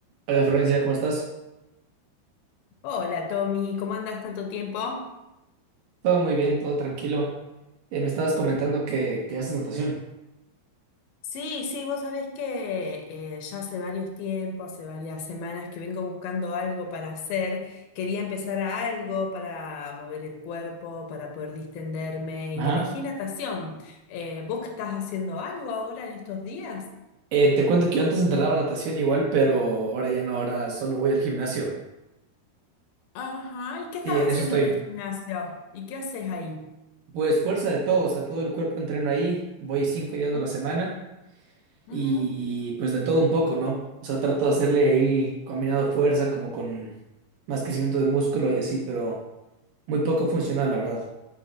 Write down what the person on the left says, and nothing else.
Hola Tommy, ¿cómo andas tanto tiempo?
Sí, sí, vos sabés que eh, ya hace varios tiempos, hace varias semanas que vengo buscando algo para hacer. Quería empezar a algo para mover el cuerpo, para poder distenderme
y elegí natación. Eh, ¿vos que estás haciendo algo ahora en estos días?
Ajá, ¿y qué estás
haciendo
en el gimnasio? ¿Y qué haces ahí?
Ujú,
ujú.